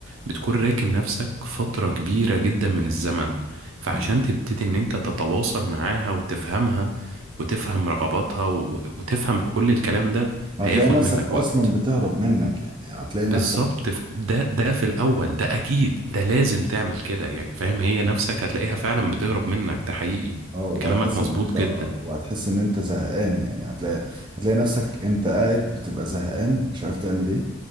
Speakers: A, on the right; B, on the right.
A: بتكون راكن نفسك فتره كبيره جدا من الزمن فعشان
B: مم.
A: تبتدي ان انت تتواصل معاها وتفهمها وتفهم رغباتها و- وتفهم كل الكلام ده
B: هتلاقي
A: هياخد
B: نفسك
A: منك
B: اصلا
A: وقت
B: بتهرب منك يعني هتلاقي
A: بالظبط
B: نفسك
A: ف- ده ده في الاول ده اكيد ده لازم تعمل كده يعني فاهم هي نفسك هتلاقيها فعلا بتهرب منك ده حقيقي
B: اه وهتحس
A: كلامك مظبوط
B: ان انت آه،
A: جدا
B: وهتحس ان انت زهقان يعني هتلاقي هتلاقي نفسك انت قاعد بتبقى زهقان مش عارف تعمل ايه